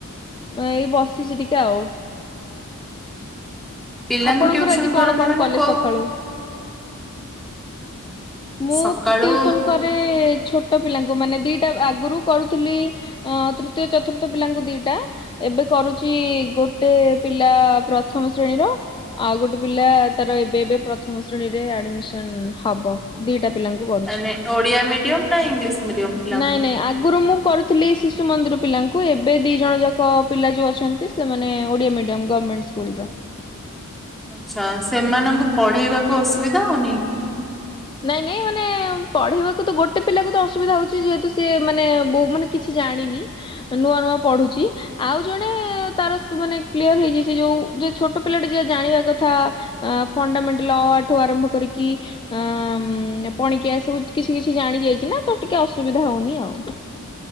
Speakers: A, on the left (about 20°); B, in the centre.
A: ମାନେ ଏଇ ବସ ପି ଜି ଟିକା ଆଉ।
B: ପିଲାଙ୍କୁ
A: ଆପଣଙ୍କର
B: ଟିଉସନ
A: ଆଜି କଣ
B: କରନ୍ତି
A: କଣ
B: ମାନେ
A: କଲେ
B: କୋଉ
A: ସକାଳୁ? ମୁଁ
B: ସକାଳୁ
A: ଟିୟୁସନ କରେ ଛୋଟ ପିଲାଙ୍କୁ ମାନେ ଦିଟା ଆଗରୁ କରୁଥିଲି। ଅ ତୃତୀୟ ଚତୁର୍ଥ ପିଲାଙ୍କୁ ଦିଟା ଏବେ କରୁଛି ଗୋ ଗୋଟେ ପିଲା ପ୍ରଥମ ଶ୍ରେଣୀର। ଆଉ ଗୋଟେ ପିଲା ତାର ଏବେ ଏବେ ପ୍ରଥମ ଶ୍ରେଣୀରେ ଆଡମିସନ ହବ ଦିଟା ପିଲାଙ୍କୁ। କରୁଛି
B: ମାନେ ଓଡିଆ ମିଡିୟମ ନା ଇଂଲିଶ ମିଡିୟମ ପିଲାଙ୍କୁ?
A: ନାଇଁ ନାଇଁ ଆଗରୁ ମୁଁ କରୁ ଥିଲି ଶିଶୁ ମନ୍ଦିର ପିଲାଙ୍କୁ ଏବେ ଦି ଜଣ ଯାକ ପିଲା ଯୋଉ ଅଛନ୍ତି ସେମାନେ ଓଡିଆ ମିଡିୟମ ଗଭମେଣ୍ଟ ସ୍କୁଲ। ସ୍କୁଲର।
B: ଆଛା ସେମାନଙ୍କୁ ପଢେଇବାକୁ ଅସୁବିଧା ହଉନି।
A: ନାଇଁ ନାଇଁ ମାନେ ପଢେଇବାକୁ ତ ଗୋଟେ ପିଲାକୁ ତ ଅସୁବିଧା ହଉଛି ଯେହେତୁ ସିଏ ମାନେ ବୋଉ ମାନେ। କିଛି ଜାଣିନି। ନୂଆ ନୂଆ ପଢୁଛି ଆଉ ଜଣେ ତାର ମାନେ କ୍ଲିୟର ହେଇଯାଇଛି ଯୋଉ ଯୋଉ ଛୋଟ ପିଲାଟେ ଜେ ଜାଣିବା କଥା ଫଣ୍ଡାମେଣ୍ଟାଲ ଅ ଆ ଠୁ ଆରମ୍ଭ କରିକି ଆ ପଣିକିଆ ସବୁ କିଛି କିଛି ଜାଣି ଯାଇଛି ନା ତ ଟିକେ ଅସୁବିଧା ହଉନି ଆଉ।